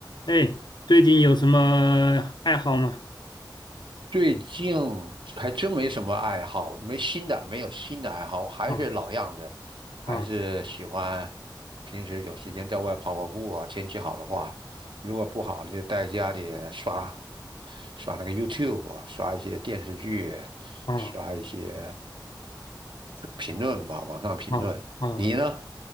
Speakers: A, on the left; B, on the right.
A: 哎，最近有什么爱好吗？
B: 最近还真没什么爱好，没新的，没有新的爱好，我还是老样子，
A: 啊
B: 还是喜欢
A: 啊
B: 平时有时间在外跑跑步啊，天气好的话，如果不好就在家里刷刷那个 YouTube，啊刷一些电视剧，
A: 啊
B: 刷一些评论吧，网上评论。
A: 啊啊！
B: 你呢？